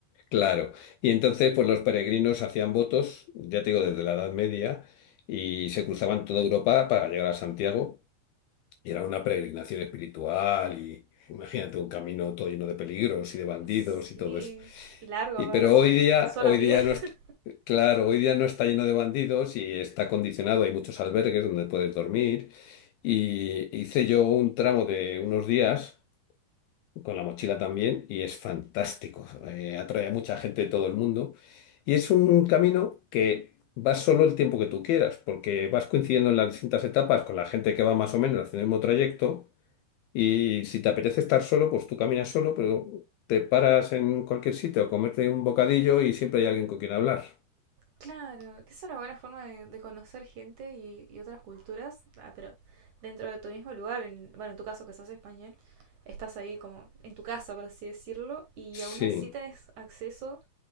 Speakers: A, on the left; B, on the right.
A: claro, y entonces pues los peregrinos hacían votos, ya te digo, desde la Edad Media, y se cruzaban toda Europa para llegar a Santiago. Y era una peregrinación espiritual y imagínate un camino todo lleno de peligros y de bandidos
B: Sí,
A: y todo eso.
B: largo
A: Y
B: aparte,
A: pero
B: porque
A: hoy día,
B: solo
A: hoy
B: a pie.
A: día no es,
B: <laughs>
A: claro, hoy día no está lleno de bandidos y está condicionado, hay muchos albergues donde puedes dormir. Y hice yo un tramo de unos días con la mochila también y es fantástico. Eh, atrae a mucha gente de todo el mundo. Y es un camino que vas solo el tiempo que tú quieras, porque vas coincidiendo en las distintas etapas con la gente que va más o menos haciendo el mismo trayecto. Y si te apetece estar solo, pues tú caminas solo, pero te paras en cualquier sitio a comerte un bocadillo y siempre hay alguien con quien hablar.
B: Claro, que es una buena forma de, de conocer gente y, y otras culturas, ah, pero dentro de tu mismo lugar, en, bueno, en tu caso que estás español, estás ahí como en tu casa, por así decirlo, y
A: Sí,
B: aún así tenés acceso